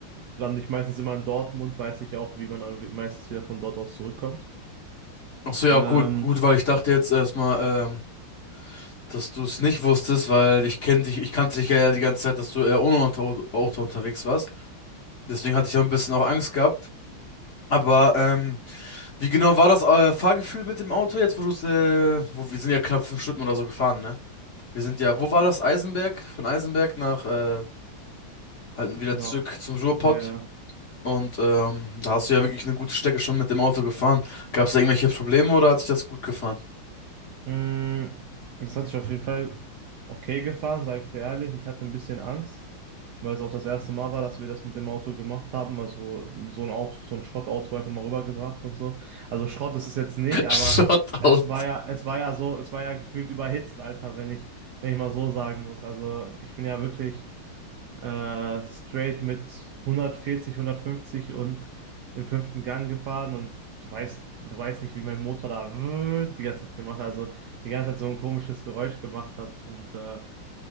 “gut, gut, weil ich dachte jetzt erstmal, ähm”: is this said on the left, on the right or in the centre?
Left